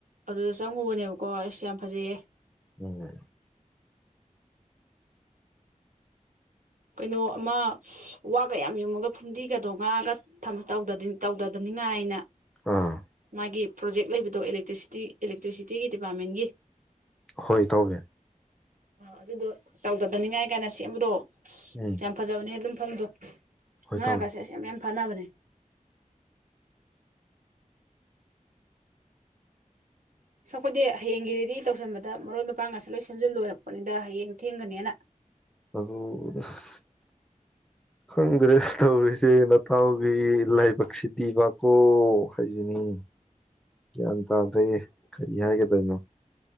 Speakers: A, on the right (about 70°); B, in the centre.
A: ꯑꯗꯨꯗ ꯆꯪꯉꯨꯕꯅꯦꯕꯀꯣ ꯑꯩꯁ ꯌꯥꯝ ꯐꯖꯩꯌꯦ
B: ꯎꯝ
A: ꯀꯩꯅꯣ ꯑꯃ ꯋꯥꯒ ꯌꯥꯝ ꯌꯣꯃꯒ ꯐꯨꯝꯗꯤꯒꯗꯣ ꯉꯥꯒ ꯇꯧꯗꯗꯅꯤꯉꯥꯏꯅ
B: ꯑꯥ
A: ꯃꯥꯒꯤ ꯄ꯭ꯔꯣꯖꯦꯛ ꯂꯩꯕꯗꯣ ꯑꯦꯂꯦꯛꯇ꯭ꯔꯤꯁꯤꯇꯤꯒꯤ ꯗꯤꯄꯥꯔꯠꯃꯦꯟꯒꯤ
B: ꯍꯣꯏ ꯇꯧꯒꯦ
A: ꯑ ꯑꯗꯨꯗꯣ ꯇꯧꯗꯗꯅꯤꯡꯉꯥꯏ ꯀꯥꯏꯅ ꯁꯦꯝꯕꯗꯣ
B: ꯎꯝ
A: ꯆꯌꯥꯝ ꯐꯖꯕꯅꯤ ꯑꯗꯨꯝ ꯈꯟꯗꯣꯛ
B: ꯍꯣꯏ
A: ꯉꯒꯁꯦꯁꯦ
B: ꯇꯧꯒꯦ
A: ꯐꯅꯕꯅꯤ ꯁꯣ ꯑꯩꯈꯣꯏꯗꯤ ꯍꯌꯦꯡꯒꯤꯗꯗꯤ ꯇꯧꯁꯟꯕꯗ ꯃꯔꯣꯏ ꯃꯄꯥꯡ ꯑꯁ ꯂꯣꯏ ꯁꯦꯝꯖꯤꯜꯂꯣꯏꯔꯛꯄꯅꯤꯗ ꯍꯌꯦꯡ ꯊꯦꯡꯒꯅꯦꯅ
B: ꯑꯗꯨ ꯑꯁ ꯈꯪꯗ꯭ꯔꯦ ꯇꯧꯔꯤꯁꯦ ꯅꯇꯥꯎꯒꯤ ꯂꯥꯏꯕꯛꯁꯤꯗꯤꯕꯀꯣ ꯍꯥꯏꯁꯤꯅꯤ ꯒ꯭ꯌꯥꯟ ꯇꯥꯗ꯭ꯔꯌꯦ ꯀꯔꯤ ꯍꯥꯏꯒꯗꯣꯏꯅꯣ